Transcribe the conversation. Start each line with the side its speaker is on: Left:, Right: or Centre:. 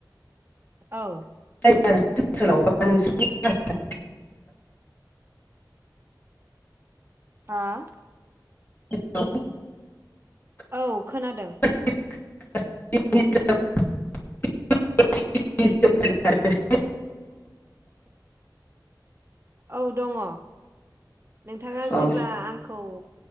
Right: औ।
Left: <unintelligible>
Right: हा?
Left: <unintelligible>
Right: औ खोनादों।
Left: <unintelligible>
Right: औ दङ' नोंथाङा
Left: अ
Right: जेब्ला आंखौ